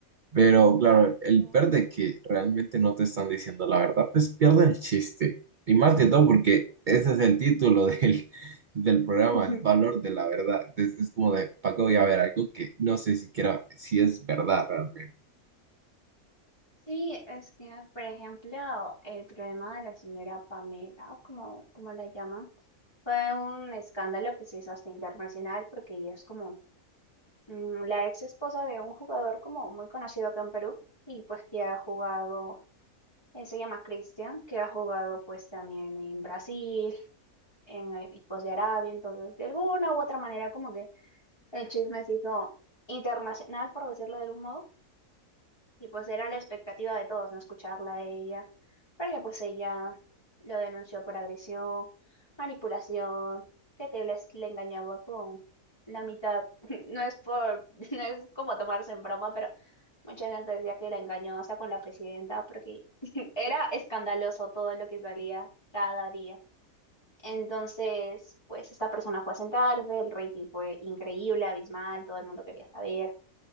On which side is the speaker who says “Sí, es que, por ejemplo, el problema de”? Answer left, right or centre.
Left